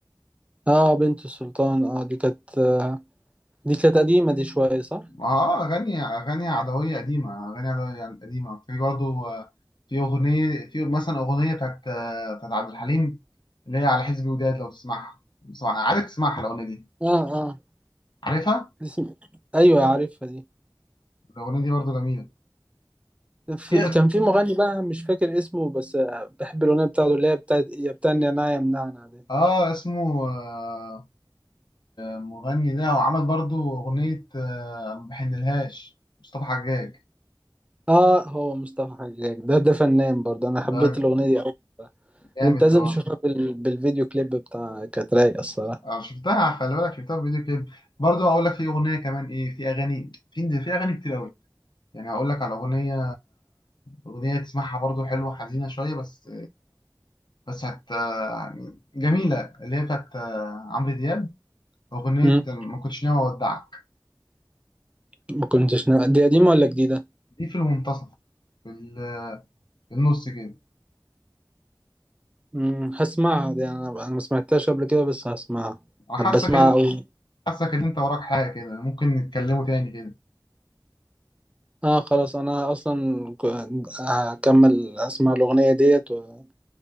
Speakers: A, on the right; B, on the left.
A: آه، بنت السلطان اه دي كانت آه دي كانت قديمة دي شوية صح؟
B: اه اغاني اغاني عدويه قديمه اغاني عدويه يعني قديمه في برضه آه، في اغنيه في مثلا اغنيه بتاعت آه، بتاعت عبد الحليم اللي هي على حزب وداد لو تسمعها تسمعها عارف تسمعها الاغنيه دي
A: اه اه
B: عارفها
A: دي اسم... ايوه عارفها دي
B: الاغنيه دي برضه جميله
A: في...
B: في
A: كان في مغني بقى مش فاكر اسمه بس آه بحب الاغنية بتاعته اللي هي بتاعت يا بتاع النعناع يا منعنع دي
B: اه اسمه آه، مغني ده وعمل برضو أغنية آه، ما بحنلهاش مصطفى حجاج
A: اه هو مصطفى حجاج ده ده فنان برضه انا
B: ده
A: حبيت الاغنية دي اوي
B: جامد
A: ده انت لازم
B: ده برضه
A: تشوفها بال... بالفيديو كليب بتاع كانت رايقة الصراحة
B: آه، شفتها خلي بالك شفتها في فيديو كليب برضه هقول لك في أغنية كمان إيه في أغاني في في أغاني كتير أوي يعني هقول لك على أغنية أغنية تسمعها برضه حلوة حزينة شوية بس بس هت يعني جميلة اللي هي بتاعت آه، عمرو دياب أغنية
A: مم.
B: ما كنتش ناوي أودعك
A: ما كنتش نا... دي قديمة ولا جديدة؟
B: دي في المنتصف في ال- في النص كده
A: امم هسمعها دي انا انا ما سمعتهاش قبل كده بس هسمعها
B: أنا حاسك
A: هبقى اسمعها أوي
B: حاسك ان انت وراك حاجة كده ممكن نتكلموا تاني كده
A: اه خلاص انا اصلا ك- هكمل اسمع الاغنيه ديت و...